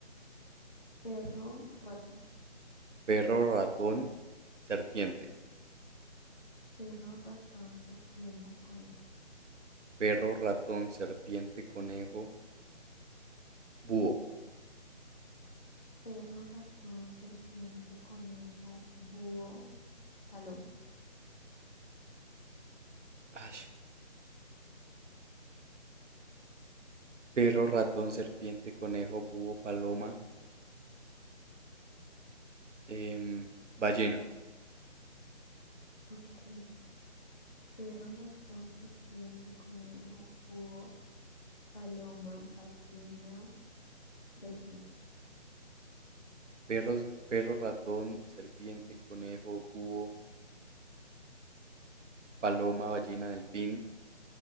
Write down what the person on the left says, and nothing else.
Perro, ratón.
Perro, ratón, serpiente, conejo.
Perro, ratón, serpiente, conejo, búho, paloma.
Ok, Perro, ratón, serpiente, conejo, búho, paloma, ballena, delfín.